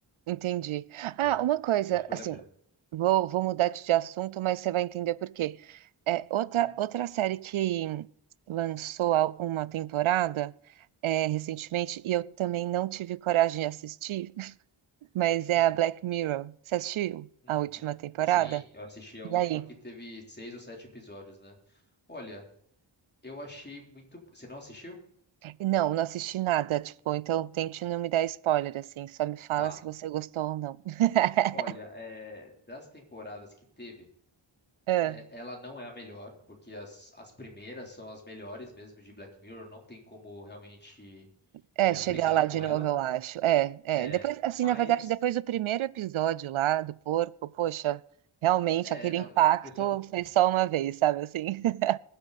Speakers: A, on the right (about 75°); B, on the left (about 20°).
A: entendi.
B: Então,
A: Ah, uma coisa,
B: eu acho que vale
A: assim,
B: a pena.
A: vou, vou mudar de assunto, mas você vai entender por quê. É, outra,
B: Uhum.
A: outra série que lançou a- uma temporada é, recentemente, e eu também não tive coragem de assistir, <laughs> mas é
B: Hum.
A: a Black Mirror. Você assistiu
B: Uhum.
A: a última temporada?
B: Sim, eu assisti a
A: E
B: última
A: aí?
B: que teve seis ou sete episódios, né? Olha, eu achei muito. Você não assistiu?
A: Não, não assisti nada, tipo, então tente não me dar spoiler, assim, só me fala
B: Tá.
A: se você gostou ou não. <laughs>
B: Olha, é, das temporadas que teve,
A: Ah.
B: é, ela não é a melhor, porque as, as primeiras são as melhores mesmo de Black Mirror, não tem como realmente
A: É,
B: é,
A: chegar
B: brigar
A: lá
B: com
A: de
B: ela.
A: novo, eu acho. É, é.
B: É,
A: Depois, assim,
B: mas
A: na verdade, depois do primeiro episódio lá do porco, poxa, realmente
B: é,
A: aquele
B: não,
A: impacto
B: foi só do,
A: foi só uma vez, sabe assim? <laughs>